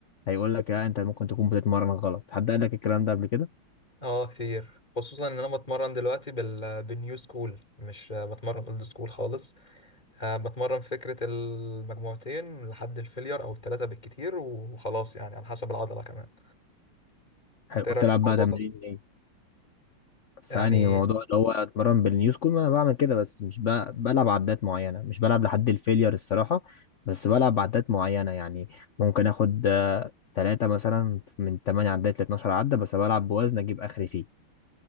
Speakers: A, on the left; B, on the left.
A: هيقول لك لا أنت ممكن تكون بتتمرن غلط حد قال لك الكلام ده قبل كده
B: اه كتير خصوصا ان انا بتمرن دلوقتي بال... بالنيو سكول مش آه، بتمرن اولد سكول خالص آه بتمرن فكرة المجموعتين لحد الفيلير او التلاتة بالكتير وخلاص يعني على حسب العضلة كمان انت
A: حلو،
B: ايه
A: وبتلعب
B: رايك في الموضوع
A: بقى تمرين
B: ده
A: إيه فأنهي
B: يعني
A: موضوع اللي هو أتمرن بالنيو سكول ما أنا بعمل كده بس مش بقى بلعب عدات معينة مش بلعب لحد الفيلير الصراحة بس بلعب عدات معينة يعني ممكن آخد تلاتة مثلا من تمانية عدات لاتناشر عدة بس بلعب بوزن أجيب آخري فيه